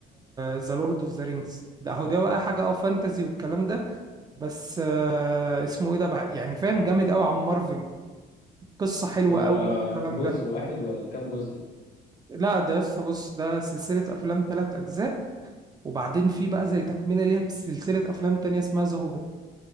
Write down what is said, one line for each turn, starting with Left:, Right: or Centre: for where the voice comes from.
Right: ذا لورد اوف ذا رينجز ده هو ده بقى حاجة اه فانتزي والكلام ده بس آه، اسمه ايه ده بقى يعني فاهم جامد قوي عن مارفل قصة حلوة
Left: هو
Right: قوي والكلام
Left: جزء
Right: ده
Left: واحد ولا كام جزء
Right: لا ده لسه بص ده سلسلة أفلام تلات أجزاء وبعدين في بقى زي تكملة ليها بسلسلة أفلام تانية اسمها ذا هوبيت